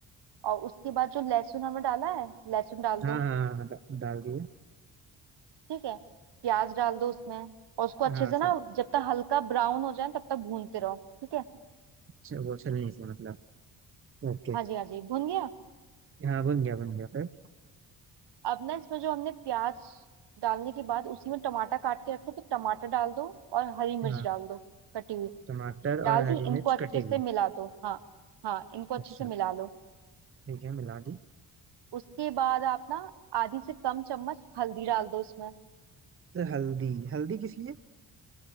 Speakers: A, on the right; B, on the right.
A: और उसके बाद जो लहसुन हमने डाला है लहसुन डाल
B: हाँ
A: दो
B: हाँ हाँ, डा- डाल दिया
A: ठीक है प्याज डाल दो उसमें और उसको अच्छे
B: हाँ
A: से
B: सब
A: ना जब तक हल्का ब्राउन हो जाए तब तक भूनते रहो ठीक है
B: छ- वो छलनी से मतलब ओके
A: हाँ जी हाँ जी भून गया
B: हाँ बन गया बन गया फिर
A: अब ना इसमें जो हमने प्याज डालने के बाद उसी में टमाटर काट के रखे थे टमाटर डाल दो और हरी मिर्च
B: हाँ
A: डाल दो कटी हुई
B: टमाटर
A: डाल
B: और
A: दी
B: हरी
A: इनको
B: मिर्च
A: अच्छे
B: कटी हुई
A: से मिला दो हाँ हाँ इनको अच्छे
B: अच्छा
A: से मिला लो
B: ठीक है मिला दी
A: उसके बाद आप ना आधी से कम चम्मच हल्दी डाल दो इसमें
B: तो हल्दी हल्दी किस लिए